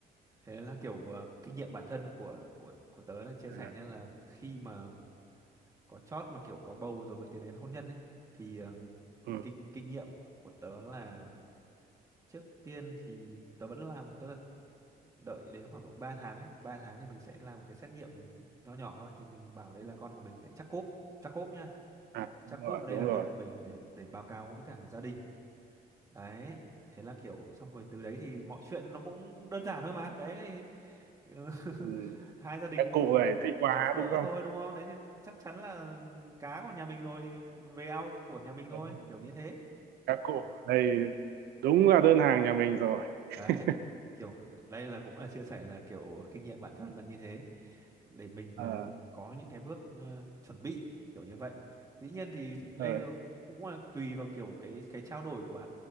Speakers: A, on the right (about 20°); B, on the right (about 85°).
A: thế là kiểu ờ, kinh nghiệm bản thân của của của tớ là chia
B: à,
A: sẻ nha là khi mà có chót mà kiểu có bầu rồi mới tiến đến hôn nhân ấy thì ờm,
B: ừ.
A: kinh kinh nghiệm của tớ là trước tiên thì tớ vẫn làm tức là đợi đến khoảng độ 3 tháng ấy 3 tháng thì mình sẽ làm một cái xét nghiệm nho nhỏ thôi thì mình bảo đây là con của mình để chắc cốp chắc cốp nha
B: à
A: chắc
B: đúng rồi
A: cốp đây
B: đúng
A: là
B: rồi
A: con của mình để để báo cáo với cả gia đình đấy thế là kiểu xong rồi từ đấy thì mọi chuyện nó cũng đơn giản thôi mà đấy thì, ừ,
B: ừ.
A: <laughs> hai gia đình
B: các cụ này thích quá
A: ờ, gặp gỡ
B: đúng không
A: thôi đúng không đấy thì chắc chắn là cá của nhà mình rồi thì về ao của nhà mình thôi
B: đúng rồi.
A: kiểu như thế
B: các cụ ở đây đúng là đơn hàng nhà mình rồi <laughs>
A: đấy kiểu đây là cũng là chia sẻ là kiểu kinh nghiệm bản thân là như thế để mình
B: ờ
A: ờm, có những cái bước ờ, chuẩn bị kiểu như vậy dĩ nhiên thì đây
B: ờ
A: cũng cũng là tùy vào kiểu cái cái trao đổi của